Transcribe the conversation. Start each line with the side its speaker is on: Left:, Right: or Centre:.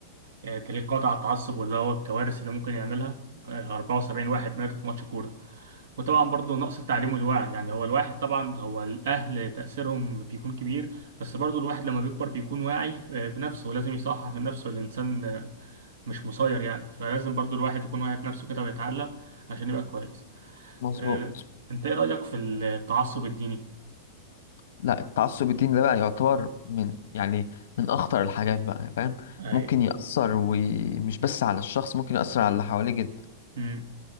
Right: دليل قاطع على التعصب واللي هو الكوارث اللي ممكن يعملها 74 واحد ماتوا في ماتش كورة وطبعا برضه نقص التعليم والوعي يعني هو الواحد طبعا هو الأهل تأثيرهم بيكون كبير بس برضه الواحد لما بيكبر بيكون واعي آه، بنفسه ولازم يصحح من نفسه الإنسان آه، مش مسير يعني فلازم برضه الواحد يكون واعي بنفسه كده ويتعلم عشان يبقى كويس
Left: مظبوط
Right: آه، أنت إيه رأيك في التعصب الديني؟
Left: لا التعصب الديني ده بقى يعتبر من يعني من اخطر الحاجات بقى فاهم
Right: أي
Left: ممكن يأثر ومش بس على الشخص ممكن يأثر على اللي حواليه جدا
Right: أمم.